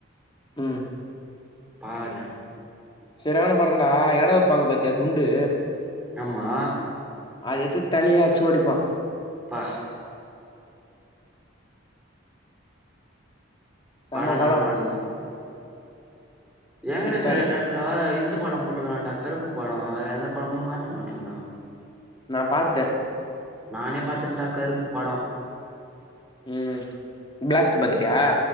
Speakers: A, on the left; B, in the centre.
A: ம்
B: பாகறே
A: செரியான பட டா எட வெப்பாங்க பாத்தியா குண்டு
B: ஆம்மா
A: அத எத்து தலையே அச்சு ஒடிப்பா
B: ப்பா
A: செம்ம
B: பட நல்ல
A: படோ
B: படந்தா ஏங்கனேச
A: போயிட்டு பாரு
B: தேட்ருல வேர இந்தப் இந்த படம் போட்டுக்கிறான்டா கருப்பு பட வேற எந்த படமு மாத்த மாட்றான்டா
A: நா பாத்துட்டே
B: நானே பாத்துட்டன்டா கருப்பு படம்
A: உம் பிளாஸ்ட்டு பாத்துட்டியா